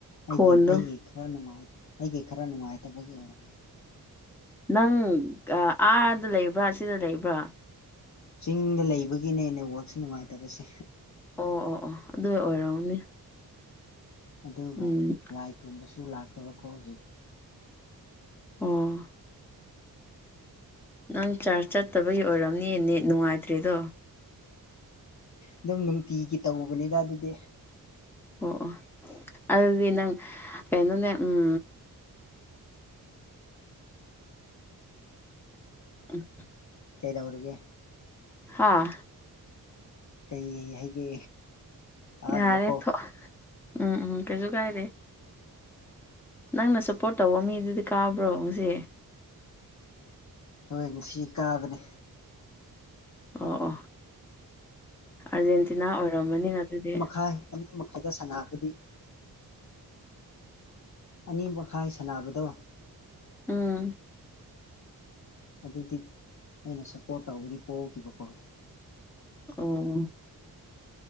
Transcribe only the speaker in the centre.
ꯐꯣꯟꯗꯣ
ꯅꯪ ꯑꯥꯗ ꯂꯩꯕ꯭ꯔꯥ ꯁꯤꯗ ꯂꯩꯕ꯭ꯔꯥ
ꯑꯣ ꯑꯣ ꯑꯣ ꯑꯗꯨꯏ ꯑꯣꯏꯔꯝꯅꯤ
ꯎꯝ
ꯑꯣ ꯅꯪ ꯆꯥꯔꯖ ꯆꯠꯇꯕꯒꯤ ꯑꯣꯏꯔꯝꯅꯦ ꯅꯦꯠ ꯅꯨꯡꯉꯥꯏꯇ꯭ꯔꯤꯗꯣ
ꯑꯣ ꯑꯣ ꯑꯗꯨꯗꯤ ꯅꯪ ꯀꯩꯅꯣꯅꯦ ꯎꯝ ꯎꯝ
ꯍꯥꯥ
ꯌꯥꯔꯦ ꯊꯣꯛꯑꯣ ꯎꯝ ꯎꯝ ꯀꯩꯁꯨ ꯀꯥꯏꯗꯦ ꯅꯪꯅ ꯁꯞꯄꯣꯔꯠ ꯇꯧꯕ ꯃꯤꯗꯨꯗꯤ ꯀꯥꯕ꯭ꯔꯣ ꯉꯁꯤ
ꯑꯣ ꯑꯣ ꯑꯥꯔꯖꯦꯟꯇꯤꯅꯥ ꯑꯣꯏꯔꯝꯃꯅꯤꯅ ꯑꯗꯨꯗꯤ
ꯎꯝ
ꯑꯣ